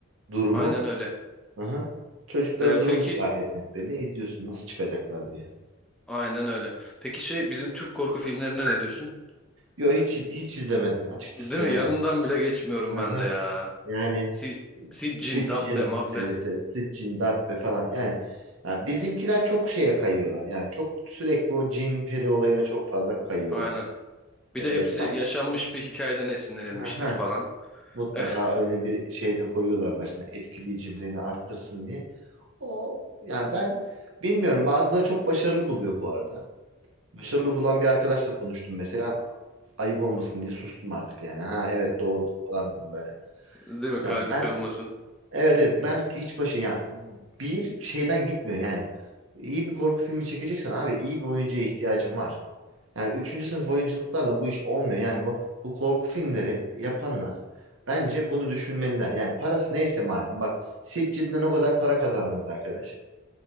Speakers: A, on the right; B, in the centre.
A: durumu.
B: Aynen öyle.
A: Hı-hı. Çocukların
B: Ee,
A: durumu
B: peki
A: da gayet net belli. İzliyorsun nasıl çıkacaklar diye.
B: aynen öyle. Peki şey bizim Türk korku filmlerine ne diyorsun?
A: Yo hiç hiç izlemedim açıkçası
B: Değil
A: yani.
B: mi? Yanından bile geçmiyorum
A: Hı-hı.
B: ben de ya.
A: Yani
B: Si, Siccin,
A: Sitchin
B: Dabbe, Mabbe.
A: serisi, Sitchin, Dabbe falan yani ya bizimkiler çok şeye kayıyorlar. Yani çok sürekli o cin peri olayına çok fazla kayıyorlar.
B: Aynen. Bir
A: E,
B: de hepsi yaşanmış bir hikayeden esinlenilmiştir
A: yani,
B: falan.
A: Mutlaka
B: Eh,
A: öyle bir şey de koyuyorlar başına etkileyiciliğini arttırsın diye. O yani ben bilmiyorum bazıları çok başarılı buluyor bu arada. Başarılı bulan bir arkadaşla konuştum mesela ayıp olmasın diye sustum artık yani. Ha evet doğrudur falan dedim böyle.
B: değil mi?
A: Ya
B: Kalbi
A: ben
B: kırılmasın.
A: Evet evet ben hiç başı yani bir şeyden gitmiyor yani. İyi bir korku filmi çekeceksen abi iyi bir oyuncuya ihtiyacın var. Yani üçüncü sınıf oyunculuklarla bu iş olmuyor. Yani bu, bu korku filmleri yapanlar bence bunu düşünmeliler. Yani parası neyse madem bak Sitges'den o kadar para kazandınız arkadaş.